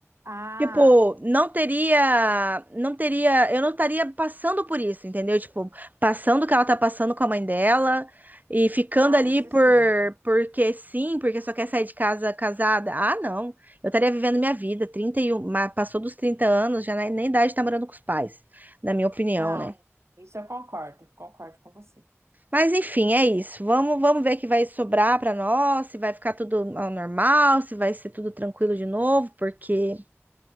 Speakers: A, on the right (about 65°); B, on the right (about 35°).
A: Ah,
B: Tipo, não teria, não teria, eu não estaria passando por isso, entendeu? Tipo, passando o que ela tá passando com a mãe dela e ficando
A: ah,
B: ali
A: isso
B: por,
A: sim.
B: porque sim, porque só quer sair de casa casada. Ah, não. Eu estaria vivendo minha vida, 31, ma- passou dos 30 anos, já na- nem idade tá morando com os pais, na minha opinião,
A: Não,
B: né?
A: isso eu concordo, concordo com você.
B: Mas enfim, é isso. Vamos, vamos ver o que vai sobrar pra nós, se vai ficar tudo ao normal, se vai ser tudo tranquilo de novo, porque